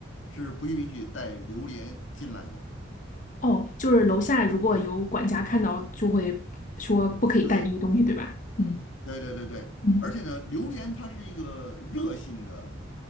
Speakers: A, on the left (about 75°); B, on the left (about 40°).
A: 是不允许带榴莲进来的。
B: 哦，就是楼下如果有管家看到，
A: 对，
B: 就会说不可以带这些东西，
A: 对，
B: 对吧？嗯
A: 对，对，对，对。
B: 嗯，
A: 而且呢，榴莲它是一个热性的